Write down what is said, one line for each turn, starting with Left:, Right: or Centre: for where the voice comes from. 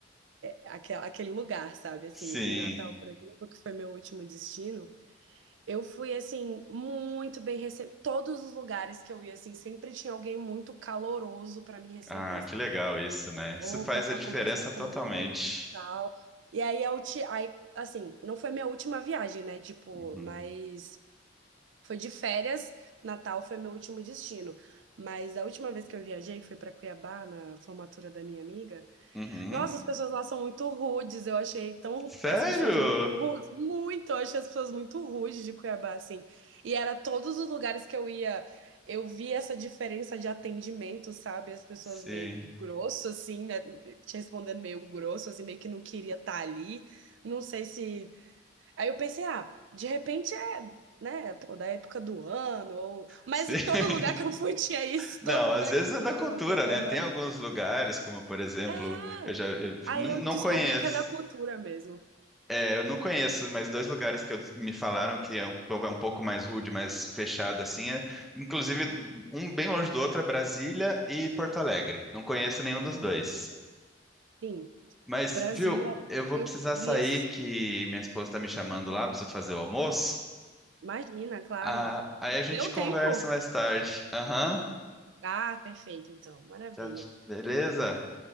Right: aquela, aquele lugar, sabe? Assim,
Centre: sim.
Right: em Natal, por exemplo, que foi meu último destino, eu fui, assim, muito bem recebida. Todos os lugares que eu ia, assim, sempre tinha alguém muito caloroso para me receber,
Centre: Ah,
Right: sabe?
Centre: que legal isso, né?
Right: Ou
Centre: Isso faz
Right: para
Centre: a diferença
Right: conversar comigo
Centre: totalmente.
Right: e tal. E aí, eu te... aí, assim, não foi minha última viagem, né? Tipo,
Centre: Uhum.
Right: mas foi de férias, Natal foi meu último destino. Mas a última vez que eu viajei foi para Cuiabá, na formatura da minha amiga.
Centre: Uhum.
Right: Nossa, as pessoas lá são muito rudes. Eu achei tão.
Centre: Sério?
Right: As pessoas muito rudes. Muito! Eu achei as pessoas muito rudes de Cuiabá, assim. E era todos os lugares que eu ia. Eu vi essa diferença de atendimento, sabe? As pessoas
Centre: Sim.
Right: meio grosso, assim, né? Te respondendo meio grosso, assim, meio que não queria estar ali. Não sei se Aí eu pensei, ah, de repente é, né, pô, da época do ano, ou... Mas
Centre: Sim.
Right: em todo
Centre: <laughs>
Right: lugar que eu fui <laughs> tinha isso,
Centre: Não,
Right: todo lugar
Centre: às vezes
Right: que eu
Centre: é
Right: fui
Centre: da
Right: tinha
Centre: cultura,
Right: uma pessoa
Centre: né? Tem
Right: mais...
Centre: alguns
Right: do-
Centre: lugares, como por exemplo,
Right: É!
Centre: eu já eu
Right: Aí
Centre: não,
Right: eu
Centre: não
Right: descobri
Centre: conheço.
Right: que é da cultura mesmo.
Centre: é, eu não conheço, mas dois lugares que eu- me falaram que é um povo é um pouco mais rude, mais fechado assim, é, inclusive um bem longe do outro é Brasília e Porto Alegre. Não conheço nenhum dos
Right: Nossa,
Centre: dois.
Right: sim.
Centre: Mas,
Right: Brasília,
Centre: viu, eu vou
Right: eu
Centre: precisar
Right: vi
Centre: sair
Right: esse...
Centre: que minha esposa tá me chamando
Right: Imagina,
Centre: lá, preciso fazer o almoço.
Right: claro. Imagina, claro.
Centre: Ah, aí
Right: Já
Centre: a gente
Right: deu
Centre: conversa
Right: tempo?
Centre: mais tarde. Aham.
Right: Ah, perfeito, então. Maravilha.
Centre: Tchau, tch- beleza?